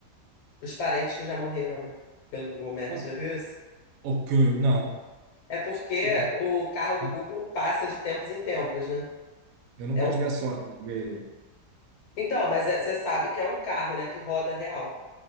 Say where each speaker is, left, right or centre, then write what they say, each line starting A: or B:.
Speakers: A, on the left; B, on the right.
A: Os parentes que já morreram, né? Pelo Google Maps,
B: Mas,
A: já viu isso?
B: ok, não.
A: É porque
B: Tipo,
A: o carro do
B: ah,
A: Google passa de tempos em tempos, né?
B: eu nunca
A: É um...
B: tive a sorte de ver ele.
A: Então, mas é- você sabe que é um carro, né? Que roda real.